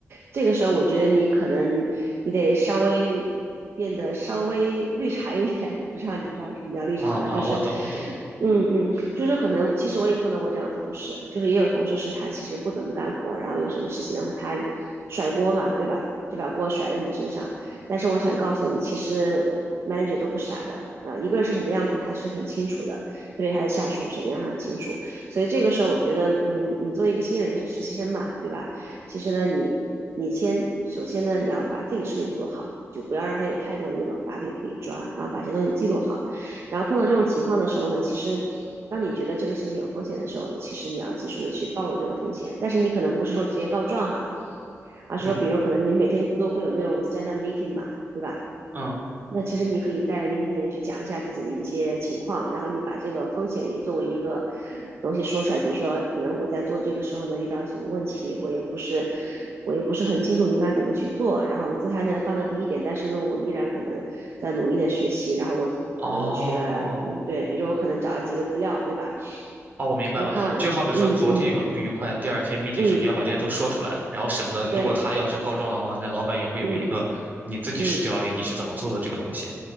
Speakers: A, on the right; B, on the right.
A: 这个时候我觉得你可能你得稍微变得稍微绿茶一点。<laughs> 我不知道你知道什么叫绿茶吗？
B: 啊啊，
A: 就是，
B: 我懂，我懂。
A: 嗯嗯，就是可能其实我也碰到过这样的同事，就是也有同事是他其实不怎么干活，然后有什么事情的话他甩锅嘛，对吧？就把锅甩在你身上。但是我想告诉你，其实 manager 都不傻的啊，一个人是什么样子，他是很清楚的，特别他的下属什么样，他很清楚。所以这个时候，我觉得，嗯，你作为一个新人，你是实习生嘛，对吧？其实呢，你你先首先呢，你要把自己事情做好，就不要让他有太多的那种把柄可以抓，然后把一些东西记录好。然后碰到这种情况的时候呢，其实当你觉得这个事情有风险的时候，其实你要及时的去暴露这个风险。但是你可能不是说直接告状哈，而是说，
B: 嗯
A: 比如可能你们每天不都会有那种 stand up meeting 嘛，对吧？
B: 嗯，
A: 那其实你可以在聆听里面去讲一下自己的一些情况，然后你把这个风险也作为一个东西说出来。比如说，可能我在做这个时候呢，遇到什么问题，我也不是，我也不是很清楚应该怎么去做。然后姿态呢放到第一点，但是呢，我依然可能在努力的学习。然后我可能我学了，
B: 哦
A: 嗯，对，比如说我可能找了几个资料，对吧？
B: 哦，我明白了。
A: 我看完，
B: 就好比说，
A: 嗯嗯
B: 昨天有了不愉快，第二天 meeting
A: 嗯，
B: 时你要把这些都说出来，然后省得如果他要是告状的话，
A: 对，
B: 那老板也会有一个你自己视角里你是怎么做的这个东西。
A: 嗯嗯。